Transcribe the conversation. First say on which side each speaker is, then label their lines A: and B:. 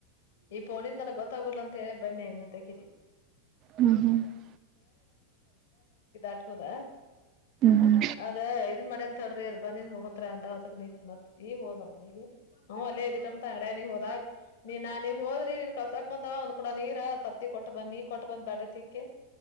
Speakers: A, on the left; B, on the right.
A: ಈ ಫೋನಿಂದ ನನಗ ಗೊತ್ತಾಗುಲ್ಲ ಅಂತ ಹೇಳಿ ಬನ್ನಿ ನೀನ್ ಅತಕಿ ಇಲ್ಲಿ.
B: ಹ್ಮ್ ಹ್ಮ್
A: <unintelligible>
B: ಹ್ಮ್ ಹ್ಮ್
A: ಅದ ಇದನ್ ಮಾಡ್ಯಾನ್ ತಡ್ರಿ ಅದ ಬಂದಿನ್ ಹೋಗತಂತ್ರ ಅಂದ ಅದ ನಿತ್ ಮತ್ತ ಈಗ ಹೋದ ಅವ್ ಮನಿಗಿ. ಹ್ಮ್ ಅಲ್ಲೇ ಇದಿತಂತ ಅಂಗಡ್ಯಗ್ ನೀ ಹೋದಾಗ. ನೀ ನಾ ನೀವ್ ಹೋದ್ರಿ ನೀನ್ ಕಳ್ಸಕ್ ಬಂದವ ಒಂದ್ ಕೂಡ ನೀರ ತತ್ತಿ ಕೊಟ್ಟ ಬಂದ್. ನೀ ಕೊಟ್ಟ ಬಂದ್ ಬಾಂಡೆ ತಿಕ್ಕಿ,